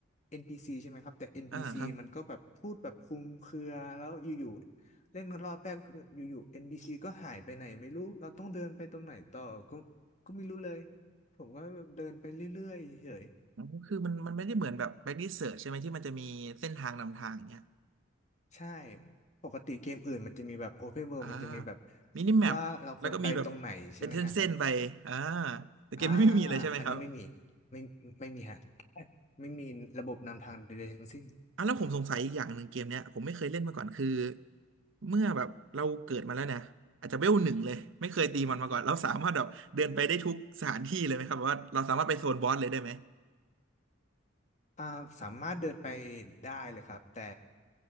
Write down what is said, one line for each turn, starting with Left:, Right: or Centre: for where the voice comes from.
Left: NPC ใช่ไหมครับแต่ NPC
Right: อ่าครับ
Left: มันก็แบบพูดแบบคลุมเครือแล้วอยู่ๆเล่นกันรอบแรกคืออยู่ๆ NPC ก็หายไปไหนไม่รู้เราต้องเดินไปตรงไหนต่อก็ก็ไม่รู้เลยผมก็เดินไปเรื่อยๆเฉย
Right: อ๋อคือมันมันไม่ได้เหมือนแบบ back research ใช่ไหมที่มันจะมีเส้นทางนำทางอย่างเงี้ย
Left: ๆใช่ปกติเกมอื่นมันจะมีแบบ Open World
Right: อ่า
Left: มันจะมีแบบ
Right: มินิแมปแล้วก็มีแบบ
Left: ว่าเราควรไปตรงไหนใช่ไหมฮะ
Right: เป็นเส้นๆไปอ่าแต่เกมนี้ไม่มีเลยใช่ไหมครับ
Left: อ่าอันนี้ไม่มี ไม่ไม่มีฮะไม่มีระบบนำทางใดๆทั้งสิ้น
Right: อ่ะแล้วผมสงสัยอีกอย่างหนึ่งเกมเนี้ยผมไม่เคยเล่นมาก่อนคือเมื่อแบบเราเกิดมาแล้วเนี่ยอาจจะเวลหนึ่งเลยไม่เคยตีมันมาก่อนเราสามารถแบบเดินไปได้ทุกสถานที่เลยไหมครับแบบว่าเราสามารถไปโซนบอสเลยได้ไหม
Left: อ่าสามารถเดินไปได้เลยครับแต่